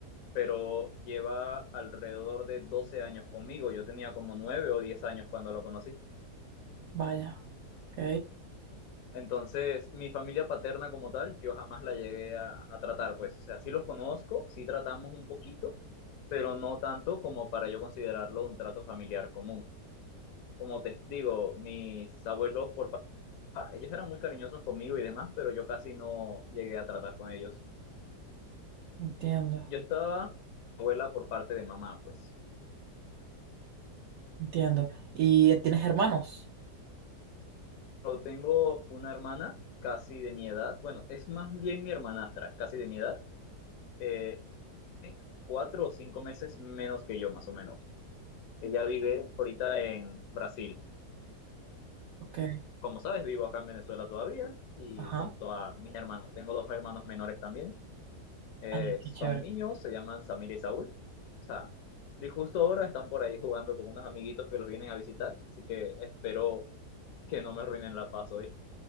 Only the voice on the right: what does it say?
Vaya, ok,
entiendo,
entiendo. ¿Y tienes hermanos?
Ok,
ajá,
ah, qué
chévere.